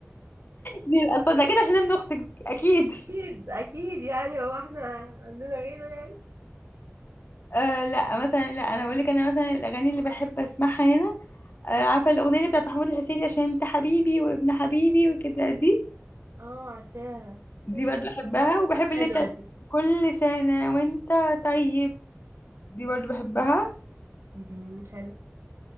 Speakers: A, on the left (about 50°); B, on the right (about 65°).
A: دي الألفاظ ده كده عشان ابن أختك أكيد
B: اكيد اكيد يعني هو احنا عندنا غيره يعني
A: آه لا مثلا لا أنا أقول لك أنا مثلا الأغاني اللي بحب أسمعها هنا آه عارفة الأغنية اللي بتاعت محمود الحسيني عشان أنت حبيبي وابن حبيبي وكده دي
B: اه عارفاها عشان
A: دي برضو بحبها وبحب اللي
B: حلوة
A: بتاعت
B: دي
A: كل سنة وأنت طيب دي برضو بحبها
B: مم، حلو